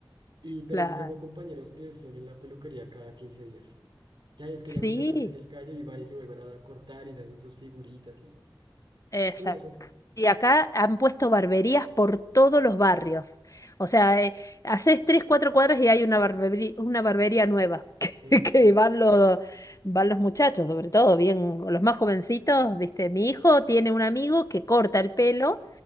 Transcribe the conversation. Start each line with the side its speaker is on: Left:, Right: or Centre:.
Right: Y pero
Left: claro.
Right: sí tengo compañeros que son en la peluquería cada 15 días. Ya es que
Left: Sí,
Right: ya me empezó a crecer el cabello y van y se vuelven a cortar y se hacen sus figuritas y
Left: exacto.
Right: curioso,
Left: Y acá han puesto barberías por todos los barrios. O sea, eh, haces tres, cuatro cuadras y hay una barbería, una barbería nueva <laughs>
Right: eh,
Left: que, que van los, van los muchachos, sobre todo, bien, los más jovencitos, ¿viste? Mi hijo tiene un amigo que corta el pelo